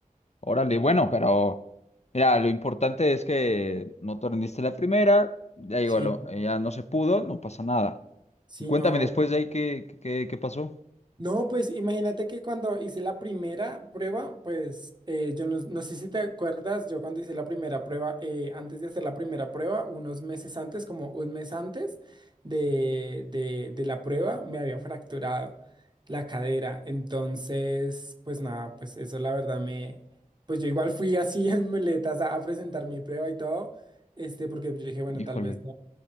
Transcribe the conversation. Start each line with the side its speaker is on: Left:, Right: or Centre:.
Left: Órale, bueno, pero mira, lo importante es que no te rendiste la primera, ya digo,
Right: Sí,
Left: lo- eh, ya no se pudo, no pasa nada.
Right: sí,
Left: Cuéntame
Right: no.
Left: después de ahí qué, qué, qué qué pasó.
Right: No, pues imagínate que cuando hice la primera prueba, pues eh, yo no, no sé si te acuerdas, yo cuando hice la primera prueba, eh, antes de hacer la primera prueba, unos meses antes, como un mes antes de, de, de la prueba, me había fracturado la cadera. Entonces, pues nada, pues eso la verdad me, pues yo igual fui así <laughs> en muletas a, a presentar mi prueba y todo, este, porque yo dije, bueno,
Left: Híjole,
Right: tal vez... no